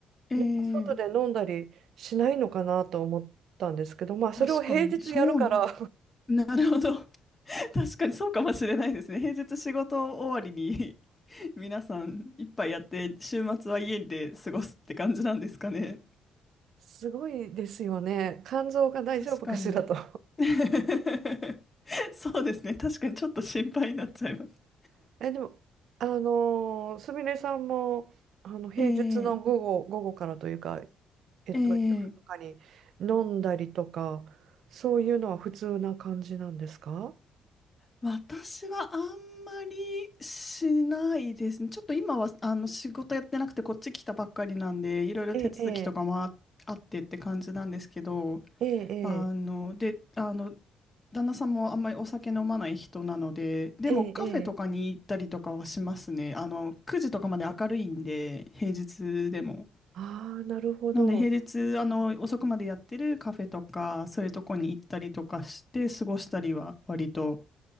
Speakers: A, on the left (about 25°); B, on the right (about 70°).
A: えー、
B: なんか外で飲んだりしないのかなと思ったんですけど、まあ、
A: 確かに、
B: それを平日やるから
A: そう、なるほど。<laughs> 確かにそうかもしれないですね。平日仕事終わりに <laughs> 皆さん一杯やって、週末は家で過ごすって感じなんですかね。
B: すごいですよね。肝臓が大丈夫かしらと。
A: 確かに。<laughs> そうですね。確かにちょっと心配になっちゃいます。
B: <laughs> え、でも、あのーすみれさんも、あの、平日の午後、
A: えー、
B: 午後からというか、えっと、
A: えー
B: 夜とかに飲んだりとか、そういうのは普通な感じなんですか
A: 私はあんまりしないですね。ちょっと今はあの仕事やってなくてこっち来たばっかりなんで、いろいろ手続きとかもあ、
B: ええ、
A: あってって感じなんですけど、
B: ええ、ええ、
A: あの、で、あの、旦那さんもあんまりお酒飲まない人なので、でもカフェとかに行ったりとかはしますね。
B: ええ、ええ。
A: あの、9時とかまで明るいんで、平日でも。
B: ああ、なるほど。
A: なんで平日、あの、遅くまでやってるカフェとか、そういうとこに行ったりとかして過ごしたりは割と